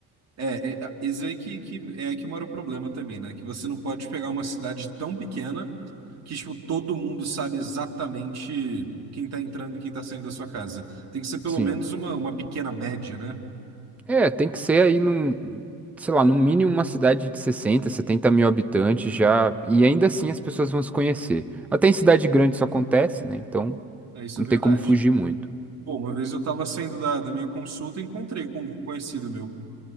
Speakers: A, on the right; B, in the centre.
A: É, é, é isso aí que, que é aí que mora o problema também, né? Que você não pode pegar uma cidade tão pequena que, tipo, todo mundo sabe exatamente quem tá entrando e quem tá saindo da sua casa. Tem que ser pelo
B: Sim.
A: menos uma, uma pequena média, né?
B: É, tem que ser aí num, sei lá, no mínimo uma cidade de 60, 70 mil habitantes já, e ainda assim as pessoas vão se conhecer. Até em cidade grande isso acontece, né? Então
A: É, isso
B: não
A: é verdade.
B: tem como fugir muito.
A: Pô, uma vez eu tava saindo da, da minha consulta e encontrei com um conhecido meu.